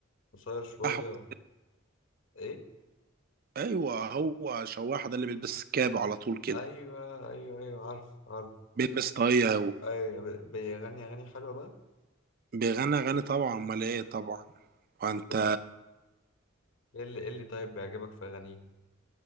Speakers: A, on the left; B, on the right.
A: قصير شوية
B: أحمد.
A: ايه
B: ايوه هو شواح ده اللي بيلبس كاب على طول كده
A: ايوه ايوه ايوه عارف عارف
B: بيلبس طاقية هو
A: ايوه بي- بيغني اغاني حلوة بقى
B: بيغني أغاني طبعا أمال إيه طبعا فأنت
A: طب ايه اللي ايه اللي طيب بيعجبك في اغانيه